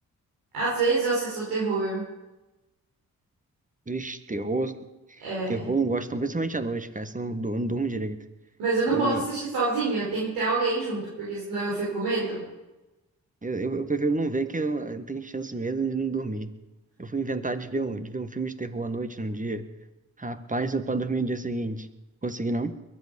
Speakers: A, on the right; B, on the right.
A: Às vezes eu assisto terror,
B: Vixe, terror,
A: é,
B: terror eu não gosto, não, principalmente à noite, cara, senão eu não não durmo direito.
A: mas eu não
B: Eu,
A: posso assistir sozinha, tem que ter alguém junto, porque senão eu fico com medo.
B: Eu, eu, eu prefiro não ver que eu, eu tenho chance mesmo de não dormir. Eu fui inventar de ver um, de ver um filme de terror à noite num dia. Rapaz, eu pra dormir no dia seguinte. Consegui não?